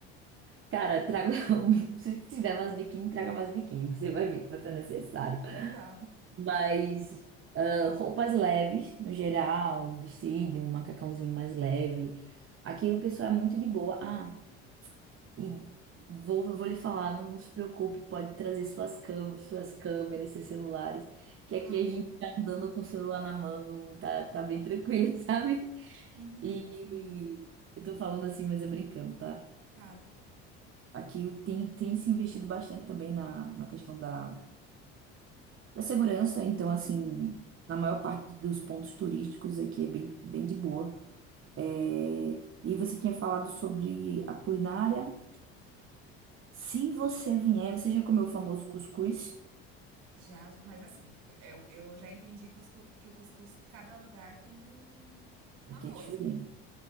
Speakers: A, on the right (about 40°); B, on the right (about 65°).
A: Cara, traga. um- <laughs> Se tiver mais biquíni, traga mais biquíni. Você vai ver que vai ser necessário.
B: Tá,
A: Mas ah, roupas leves, no geral, um vestido, um macacãozinho mais leve. Aqui o pessoal é muito de boa. Ah, e vou, vou lhe falar, não, não se preocupe, pode trazer suas câmeras, suas câmeras, seus celulares. Que
B: tá
A: aqui
B: bom.
A: a gente tá andando com o celular na mão, tá, tá bem tranquilo, <laughs> sabe?
B: Sim,
A: E
B: sim,
A: eu tô falando assim, mas é brincando, tá?
B: tá.
A: Aqui tem, tem se investido bastante também na, na questão da, da segurança. Então, assim,
B: Uhum.
A: na maior parte dos pontos turísticos aqui é bem, bem de boa. É, e você tinha falado sobre a culinária. Se você vier, você já comeu o famoso cuscuz?
B: Já, mas assim, eu, eu já entendi que, os cu- que o cuscuz, cada lugar tem um- uma
A: Porque
B: coisa.
A: é diferente.